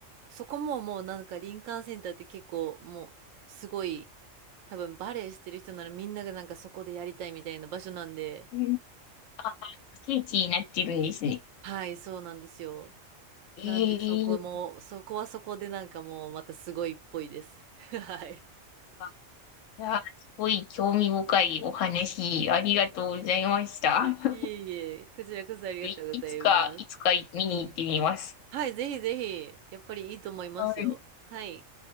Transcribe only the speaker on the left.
うんあ、聖地になってるんですね。
ええ
あいや、すごい興味深いお話、ありがとうございました。
<laughs>
いつか、いつか見に行ってみます。
はい